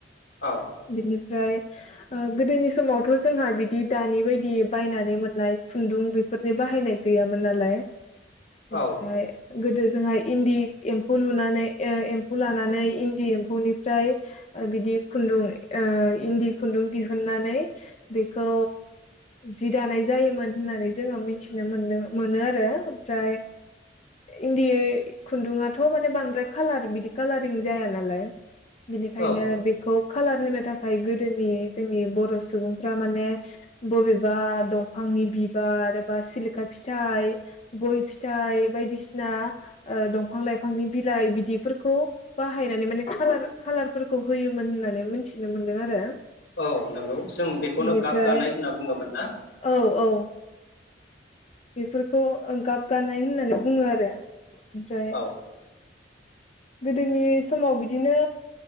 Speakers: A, on the left (about 75°); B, on the left (about 35°).
A: औ
B: बिनिफ्राय गोदोनि समावथ जोंहा बिदि। दानि बायदि बायनानै मोननाय खुन्दुं बेफोरनि बाहायनाय गैयामोन नालाय। बेनिफ्राय
A: औ
B: गोदो जोंहा इन्दि एम्फौ लुनानै एम्फौ लानानै इन्दि एम्फौनिफ्राय बिदि खुन्दुं इन्दि खुन्दुं दिहुननानै बेखौ जि दानाय जायोमोन होननानै जोङो मिथिनो मोनदों मोनो आरो ओमफ्राय इन्दि खुन्दुङाथ माने बांद्राय खालार बिदि खालारिं जाया नालाय बिनिखायनो
A: औ
B: बेखौ कालार होनो थाखाय गोदोनि जोंनि बर' सुबुंफ्रा माने बबेबा दंफांनि बिबार बा सिलिखा फिथाइ गय फिथाइ बायदि बायदिसिना दंफां लाइफांनि बिलाइ बिदिफोरखौ बाहायनानै माने कालार कालार फोरफोरखौ होयोमोन होननानै मिथिनो मोनदों आरो।
A: औ नंगौ जों बेखौनो
B: बिनिफ्राय
A: गाब गानाय होनना बुङोमोन ना
B: औ औ बेफोरखौ गाबगानाय होननानै बुङो आरो। जायो।
A: औ
B: गोदोनि समाव बिदिनो